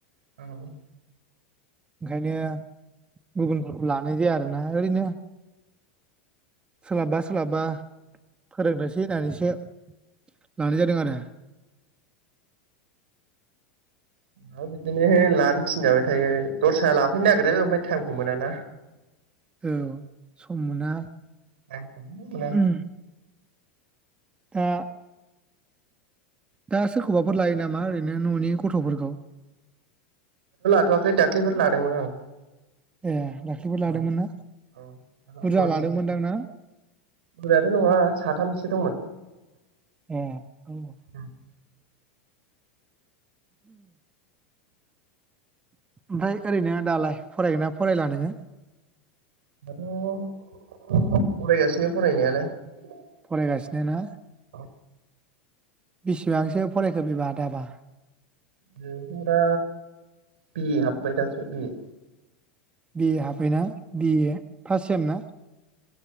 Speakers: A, on the right (about 75°); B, on the right (about 20°).
A: औ
B: ओंखायनो गुबुन लानाय जाया आरो ना ओरैनो सोलाबबा सोलाबबा फोरोंनोसै होननानैसो लानाय जादों आरो
A: ओं बिदिनो लानो थिनजाबाय थायो दस्रा लाफैनो नागिरो ओमफ्राय टाइमखौ मोनाना
B: औ सम मोना
A: टाइमखौनो मोना
B: उम दा दा सोरखौबाफोर लायो नामा ओरैनो न'नि गथ'फोरखौ
A: थ'वाखै दाख्लैफोर लादोंमोन आं
B: ए दाखैफोर लादोंमोन
A: औ
B: ना
A: औ लाथ'वासै
B: बुरजा लादों मोनदां दा
A: बुरजायाथ' नङा साथामसो दंमोन
B: ए औ
A: दाथ'
B: ओमफ्राय ओरैनो दालाय फरायगोन ना फरायला नोङो
A: दाथ' फरायगासिनो फरायनायालाय
B: फरायगासिनो ना
A: औ
B: बिसिबांसो फरायखो बिबा दाबा
A: बेनोथ'' दा बिए हाबबाय दासो बिए
B: बिए हाबबायना बिए फार्स्ट सेम ना